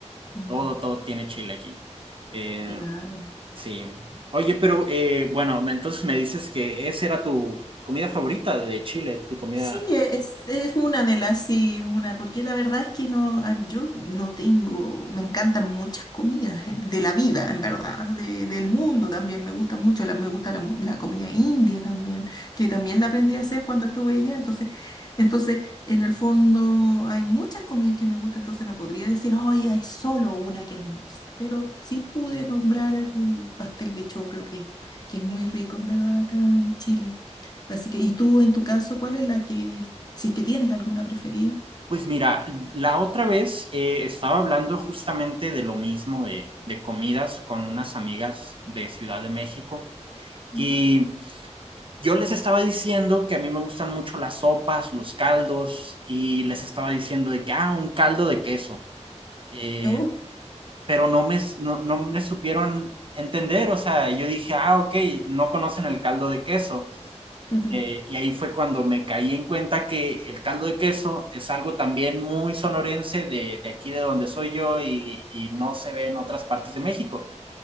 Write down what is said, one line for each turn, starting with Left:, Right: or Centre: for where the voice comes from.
Left: Mm.
Right: todo, todo tiene chile aquí. Eh,
Left: Claro.
Right: sí. Oye, pero eh, bueno, me- entonces me dices que esa era tu comida favorita de Chile, tu comida.
Left: Sí, e, es, es una de las, sí, es una, porque la verdad es que no, ah, yo no tengo, me encantan muchas comidas eh, de la vida, en verdad, de- del mundo también, me gustan mucho, la, me gusta la, mu- la comida india también, que también la aprendí a hacer cuando estuve allá, entonces, entonces, en el fondo hay muchas comidas que me gustan, entonces no podría decir, ay, hay solo una que me gusta, pero sí pude nombrar el pastel de choclo, que, que es muy rico, en verdad, acá en Chile. Así que, ¿y tú en tu caso, cuál es la que, si es que tienes alguna preferida?
Right: Pues mira, la otra vez eh, estaba hablando justamente de lo mismo de, de comidas con unas amigas de Ciudad de México. Y
Left: Mm.
Right: yo les estaba diciendo que a mí me gustan mucho las sopas, los caldos, y les estaba diciendo de que, ah, un caldo de queso. Eh,
Left: ¿no?
Right: pero no me, no, no me supieron entender, o sea, yo dije, ah, ok, no conocen el caldo de queso.
Left: Ujú.
Right: Eh, y ahí fue cuando me caí en cuenta que el caldo de queso es algo también muy sonorense de, de aquí de donde soy yo y, y no se ve en otras partes de México